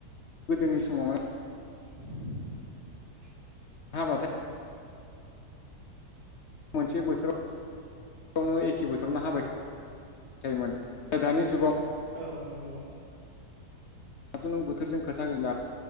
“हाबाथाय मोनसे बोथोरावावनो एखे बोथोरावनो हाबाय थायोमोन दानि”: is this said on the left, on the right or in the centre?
Left